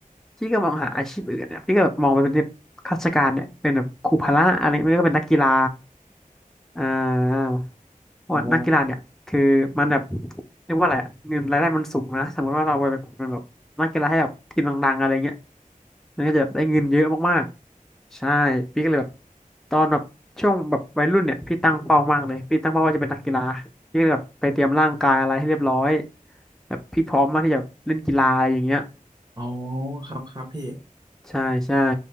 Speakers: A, in the centre; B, on the right.
A: พี่ก็มองหาอาชีพอื่นเนี่ยพี่ก็แบบมองไปเป็นที่ข้าราชการเนี่ยเป็นแบบครูพละอะไรไม่ก็เป็นนักกีฬา อ่าเพราะว่านักกีฬาเนี่ยคือมันแบบ
B: อ๋อ
A: เรียกว่าอะไรอะเงินรายได้มันสูงนะสมมติว่าเราไปเป็นแบบนักกีฬาให้แบบทีมดังๆอะไรเงี้ยมันก็จะแบบได้เงินเยอะมากๆใช่พี่ก็เลยแบบตอนแบบช่วงแบบวัยรุ่นเนี่ยพี่ตั้งเป้ามากเลยพี่ตั้งเป้าว่าจะเป็นนักกีฬาพี่ก็เลยแบบไปเตรียมร่างกายอะไรให้เรียบร้อยแบบพี่พร้อมมากที่จะแบบเล่นกีฬาอะไรอย่างเงี้ย
B: อ๋อครับครับพี่
A: ใช่ใช่